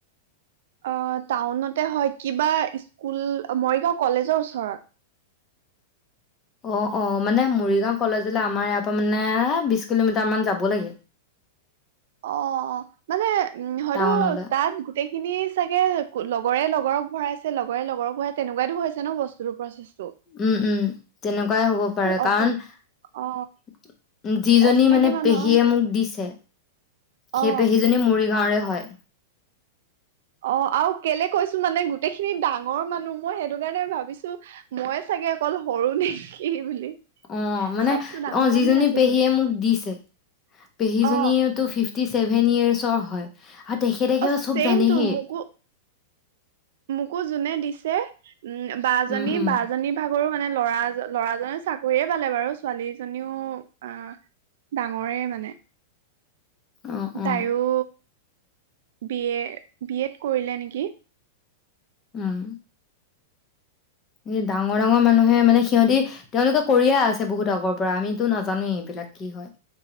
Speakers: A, on the right; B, on the left.
A: অ টাউনতে হয় কিবা স্কুল, মৰিগাঁও কলেজৰ ওচৰত।
B: অ, অ, মানে মৰিগাঁও কলেজলৈ আমাৰ ইয়াৰ পৰা মানে বিশ কিলোমিটাৰ মান যাব লাগে।
A: অ, অ, অ। মানে হয়তো
B: টাউনলৈ
A: তাত গোটেইখিনি চাগে লগৰে লগৰক ভৰাইছে, লগৰে লগৰক ভৰাই তেনেকুৱাতো হৈছে ন বস্তুটো প্ৰচেছ
B: উম, উম, তেনেকুৱাই হ'ব পাৰে, কাৰণ
A: অচিন অ
B: যিজনী
A: অচিনাকি
B: মানে
A: মানুহৰ
B: পেহীয়ে মোক দিছে, সেই
A: অ
B: পেহীজনী মৰিগাঁওৰে হয়।
A: অ, আৰু কেলে কৈছোঁ মানে গোটেইখিনি ডাঙৰ মানুহ, মই সেইটো কাৰণে ভাবিছোঁ, ময়ে চাগে অকল সৰু নেকি বুলি।
B: অ' মানে,
A: চবতো ডাঙৰ
B: অ' যিজনী
A: মানুহে আছেচোন
B: পেহীয়ে মোক দিছে, পেহীজনীয়েটো
A: অ
B: ফিফ্ টি চেভেন ইয়েৰ্চৰ হয়। আৰু তেখেতে একেবাৰে
A: অ,
B: চব
A: চেইমটো!
B: জানেহেই
A: মোকো, মোকো যোনে দিছ তে উম, বা জনী,
B: উম উম
A: বা জনী ভাগৰো মানে ল'ৰাজন, ল'ৰাজনে চাকৰিয়ে পালে বাৰু, ছোৱালীজনীও আ, ডাঙৰে মানে
B: অ
A: তাইৰো
B: অ
A: বি এ, বি এড কৰিলে নেকি?
B: উম। এ, ডাঙৰ, ডাঙৰ মানুহে মানে সিহঁতি, তেওঁলোকে কৰিয়ে আছে বহুত আগৰ পৰা, আমিতো নাজানোৱেই এইবিলাক কি হয়!